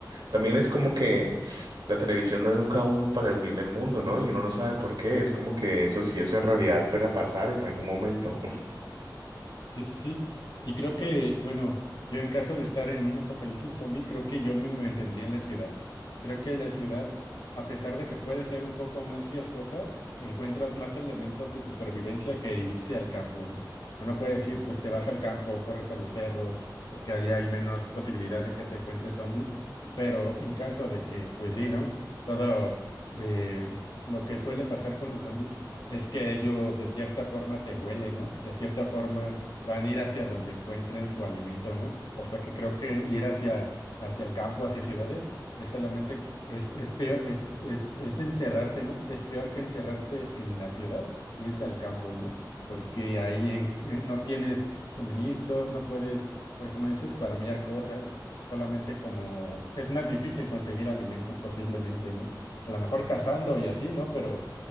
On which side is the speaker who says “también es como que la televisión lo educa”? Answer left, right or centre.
Right